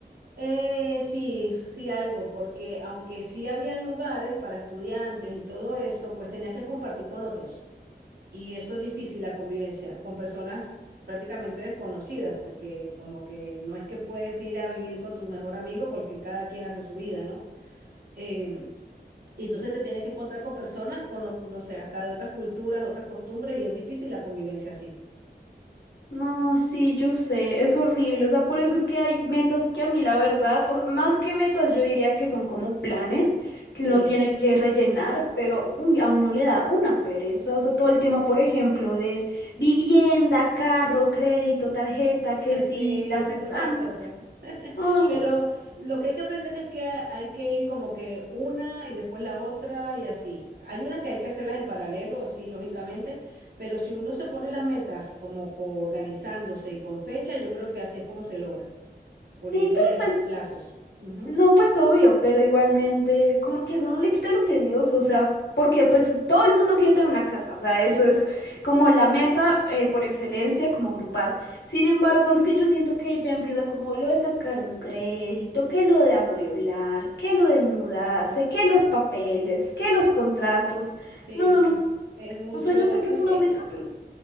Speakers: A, on the right; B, on the left.
A: Eh, sí, sí, algo, porque aunque sí habían lugares para estudiantes y todo eso, pues tenías que compartir con otros. Y eso es difícil, la convivencia, con personas prácticamente desconocidas, porque como que no es que puedes ir a vivir con tu mejor amigo porque cada quien hace su vida, ¿no? Em, y entonces te tienes que encontrar con personas, con, o- no sé, hasta de otras culturas, otras costumbres, y es difícil la convivencia así.
B: No, sí, yo sé, es horrible, o sea, por
A: Ujú.
B: eso es que hay metas que a mí la verdad, o sea, más que metas yo diría que son como planes
A: Sí.
B: que uno tiene que rellenar, pero uy, a uno le da una pereza, o sea, todo el tema, por ejemplo, de vivienda, carro, crédito, tarjeta, que sí,
A: Sí,
B: la
A: son
B: aseguranza.
A: muchas cosas. <laughs>
B: Ay,
A: Pero
B: no.
A: lo que hay que aprender es que ha- hay que ir como que una y después la otra y así. Hay unas que hay que hacerlas en paralelo, sí, lógicamente, pero si uno se pone las metas como co- organizándose y con fecha, yo creo que así es como se logra, poniéndole
B: Sí, pero pues
A: plazos. Ujú.
B: No, pues obvio, pero igualmente, como que eso no le quita lo tedioso, o sea, porque pues todo el mundo quiere tener una casa, o sea, eso es como la meta eh, por excelencia como grupal. Sin embargo, es que yo siento que ya empieza como lo de sacar un crédito, que lo de amueblar, que lo de mudarse, que los papeles, que los contratos.
A: Sí,
B: No, no,
A: sí,
B: no.
A: es mucho,
B: O sea, yo sé que
A: <laughs> sí.
B: es una meta, pero